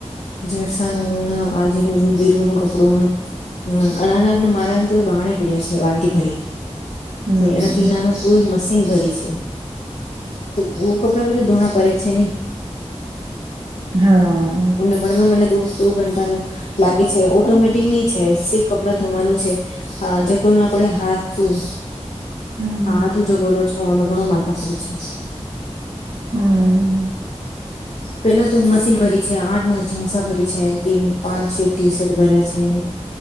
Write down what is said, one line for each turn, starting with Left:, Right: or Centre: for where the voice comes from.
Left: જરસાનું આજની ઉંદીરન કપડુંન હ અણાનાને મારાને તો બહારણે પડ્યા છે વાલકી ભરી
Right: હમ
Left: એનાથીનાનું
Right: હમ
Left: ફૂલ મશીન ભરી છે તો હું ખબર આપણા બધા ધૂણા પે છે નહી
Right: હા
Left: ગમે મને દો દો ઘંટા ન લાગે છે ઓટોમેટિક નની છે સ કપડા ધોવાનું છે હા જગલ ના પડે હાથ શું
Right: હમ
Left: હા તું જો બોલો છોનો ઘણો માથાપુર છે
Right: હમ
Left: પેલા તો મશીન ભરી છે આઠ નવ જીન્સા ભરી છે પાંચ છે ટી શર્ટ ભર્યા છે